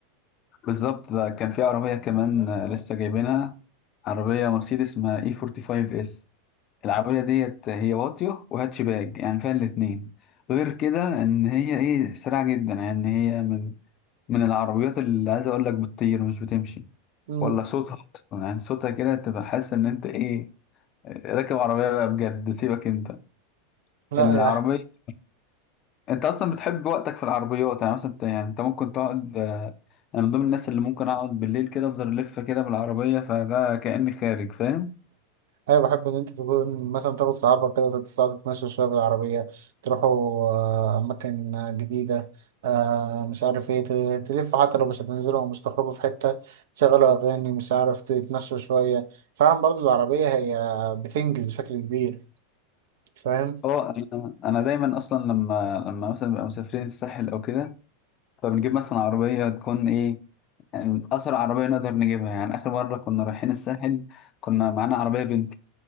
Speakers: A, on the left; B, on the right.
A: بالظبط ده كان في عربية كمان آه، لسه جايبينها عربية مرسيدس اسمها اي 45 اس العربية ديت هي واطية وهاتشباك يعني فيها الاتنين غير كده ان هي ايه سريعة جدا يعني هي من من العربيات اللي عايز اقول لك بتطير مش بتمشي
B: مم.
A: ولا صوتها اصلا يعني صوتها كده تبقى حاسس ان انت ايه راكب عربية بقى بجد سيبك انت
B: لا
A: العربية
B: يا
A: انت اصلا بتحب وقتك في العربيات يعني مثلا انت- يعني انت ممكن تقعد آه، انا من ضمن الناس اللي ممكن اقعد بالليل كده افضل الف كده بالعربيه فده كاني خارج فاهم
B: انا بحب ان انت تكون مثلا تاخد صحابك كده تطلع تتمشى شويه بالعربيه تروحوا آه، اماكن جديده آه مش عارف ايه ت- تلفوا حتى لو مش هتنزلوا او مش تخرجوا في حته تشغلوا اغاني مش عارف تتمشوا شويه فعلا برضو العربيه هي بتنجز بشكل كبير فاهم
A: اه انا انا دايما اصلا لما لما مثلا بنبقى مسافرين الساحل او كده فبنجيب مثلا عربيه تكون ايه يعني اسرع عربيه نقدر نجيبها يعني اخر مره كنا رايحين الساحل كنا معانا عربيه بنتي